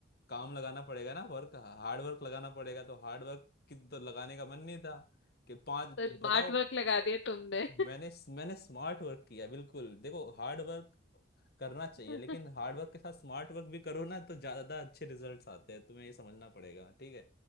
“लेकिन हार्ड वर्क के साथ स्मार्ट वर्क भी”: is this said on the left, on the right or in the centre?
Left